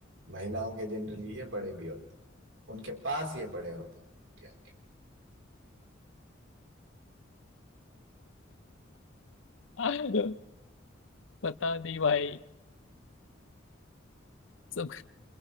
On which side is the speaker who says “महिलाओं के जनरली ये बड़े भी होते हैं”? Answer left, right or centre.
Right